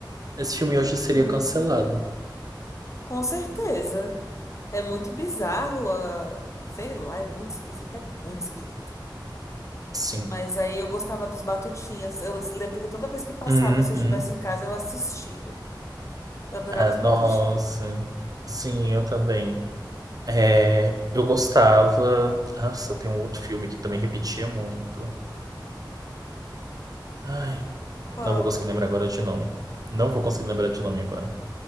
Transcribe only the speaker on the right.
Esse filme hoje seria
cancelado.
Sim.
Uhum.
Ah,
nossa.
Sim, eu também. É, eu gostava. Nossa, tem um outro filme que também repetia muito. Ai,
não vou conseguir lembrar agora de nome. Não vou conseguir lembrar de nome agora.